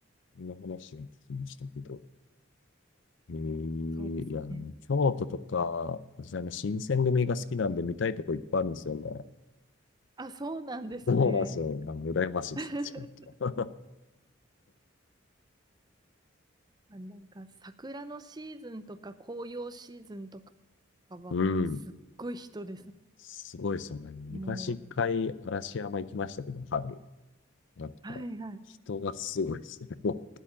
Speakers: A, on the left; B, on the right.
A: そんな話を聞きましたけど。えー、
B: そうですね。
A: いや、京都とか、私、あの、新選組が好きなんで見たいとこいっぱいあるんですよね。
B: あ、そうなんですね。
A: そうなんですよ。なんか羨ましいですね、
B: <laughs>
A: 近いと。
B: あなんか桜のシーズンとか紅葉シーズンとかはもうすっごい人です。
A: うん。すごいですよね。昔一回嵐山行きましたけど、
B: もう、
A: 春。なんか、
B: はいはい。
A: 人がすごいですね。も